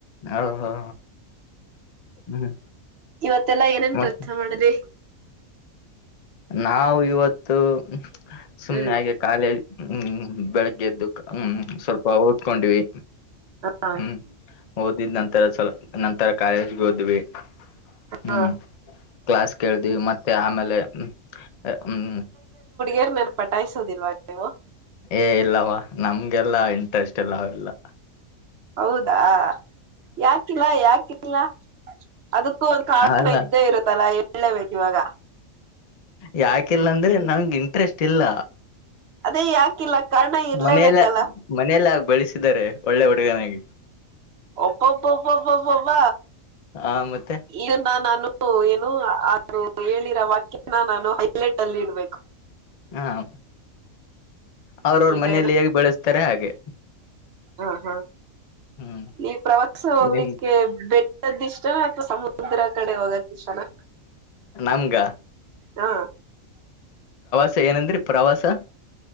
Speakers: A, on the left; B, on the right.
A: ಹೌ ಹೋ ಹ್ಮ್
B: ಇವತ್ತೆಲ್ಲಾ ಏನೇನ್
A: ಮತ್
B: ಕೆಲ್ಸ ಮಾಡುದ್ರಿ?
A: ನಾವು ಇವತ್ತು ಸುಮ್ನೆ
B: ಹ್ಮ್
A: ಹಾಗೆ ಕಾಲೇಜ್ ಹ್ಮ್ ಬೆಳಿಗ್ಗೆ ಎದ್ದು ಹ್ಮ್ ಸ್ವಲ್ಪ ಓದ್ಕೊಂಡ್ವಿ.
B: ಹ
A: ಹ್ಮ್ ಓದಿದ್ ನಂತರ ಸಲ ನಂತರ ಕಾಲೇಜ್ಗ್ ಹೋದ್ವಿ. ಹ್ಮ್
B: ಹ
A: ಕ್ಲಾಸ್ ಕೇಳ್ ದ್ವಿ ಮತ್ ತ್ಯಾಮೇಲೆ ಹ್ಮ್ ಅ ಹ್ಮ್
B: ತಿರ್ ನನ್ ಪಟಾಯಸೋದಿಲ್ವಾ ನೀವು?
A: ಏ ಇಲ್ಲವಾ ನಮ್ಗೆಲ್ಲಾ ಇಂಟ್ರೆಸ್ಟ್ ಇಲ್ಲ ಅವೆಲ್ಲಾ.
B: ಹೌದಾ ಯಾಕಿಲ್ಲ ಯಾಕಿಲ್ಲ? ಅದಕ್ಕೂ ಒಂದ್ ಕಾರಣ
A: ಅಲ್ಲ
B: ಇದ್ದೇ ಇರುತ್ತಲ್ಲ ಹೇಳ್ಳೆ ಬೇಕ್ ಇವಾಗ.
A: ಯಾಕಿಲ್ಲಾಂದ್ರೆ ನನ್ಗ್ ಇಂಟ್ರೆಸ್ಟ್ ಇಲ್ಲ.
B: ಅದೇ ಯಾಕಿಲ್ಲ ಕಾರಣ ಇರ್ಲೇಬೇಕಲ್ಲ
A: ಮನೆದೆ ಮನೆಲೆ ಹಾಗ್ ಬೆಳ್ಸಿದಾರೆ ಒಳ್ಳೆ ಹುಡುಗನಾಗಿ.
B: ಅಬ್ಬೊಬ್ಬಬ್ಬಬ್ಬಬ್ಬಬ್ಬ
A: ಆ ಮತ್ತೆ
B: ಇದುನ್ನ ನಾನು ನು ಏನು ಅ ಹೇಳಿರೋ ವಾಕ್ಯನ ನಾನು ಹೈಲೈಟಲ್ ಇಡ್ಬೇಕು.
A: ಹಾಂ ಅವ್ರೌರ್
B: ಇನ್ನೇನು
A: ಮನೇೆಲಿ ಹೇಗ್ ಬೆಳುಸ್ತಾರೆ ಹಾಗೆ.
B: ಹಾಂ ಹಾಂ
A: ಹ್ಮ್
B: ನೀವ್ ಪ್ರವಾಸ ಹೋಗ್ಲಿಕ್ಕೆ
A: ನಿಮ್
B: ಬೆಟ್ ಅದ್ ಇಷ್ಟನ ಅಥವಾ ಸಮುದ್ರದ್ ಕಡೆ ಹೋಗಕ್ ಇಷ್ಟನ?
A: ನನ್ಗ?
B: ಹಾಂ
A: ಸರ್ ಏನಂದ್ರಿ ಪ್ರವಾಸ